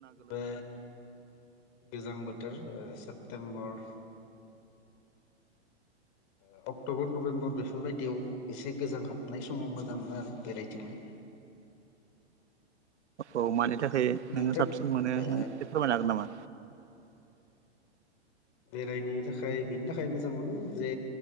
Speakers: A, on the left; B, on the right.
A: बे गोजां बोथोर ओ सेप्तेम्बर ओ अक्ट'बर, नभेम्बर बेफोरबायदियाव एसे गोजां हाबनाय समाव मोजां मोनो आरो बेरायथिंनो। <inaudible>
B: औ मानि थाखाय
A: नोंथां
B: नोङो साबसिन मोनो
A: ओ
B: नों एसे फोरमायनो हागोन नामा?
A: बेरायनो थाखाय बेनि थाखाय मोजां मोनो जे